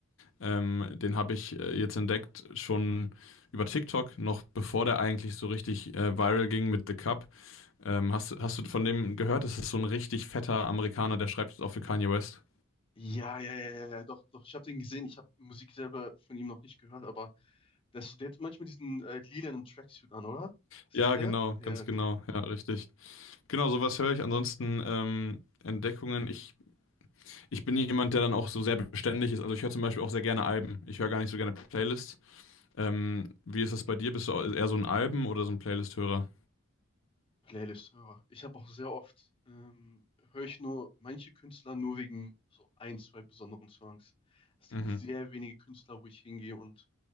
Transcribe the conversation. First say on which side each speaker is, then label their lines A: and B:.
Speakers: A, on the left; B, on the left.
A: Ähm, den habe ich äh, jetzt entdeckt schon über TikTok, noch bevor der eigentlich so richtig äh, viral ging mit The Cup. Ähm, hast, hast du von dem gehört? Das ist so ein richtig fetter Amerikaner, der schreibt jetzt auch für Kanye West.
B: Ja, ja, ja, ja, ja, doch, doch. Ich habe den gesehen. Ich habe Musik selber von ihm noch nicht gehört, aber der, ist so- der hat manchmal diesen äh, lilanen Tracksuit an, oder? Ist
A: Ja,
B: das der?
A: genau,
B: Ja,
A: ganz
B: okay.
A: genau. Ja, richtig. Genau, sowas höre ich. Ansonsten ähm, Entdeckungen. Ich, ich bin jemand, der dann auch so sehr beständig ist. Also ich höre zum Beispiel auch sehr gerne Alben. Ich höre gar nicht so gerne Playlists. Ähm, wie ist das bei dir? Bist du eher so ein Alben- oder so ein Playlist-Hörer?
B: Playlist-Hörer. Ich habe auch sehr oft, ähm, höre ich nur manche Künstler nur wegen so ein, zwei besonderen Songs. Es gibt
A: Mhm.
B: sehr wenige Künstler, wo ich hingehe und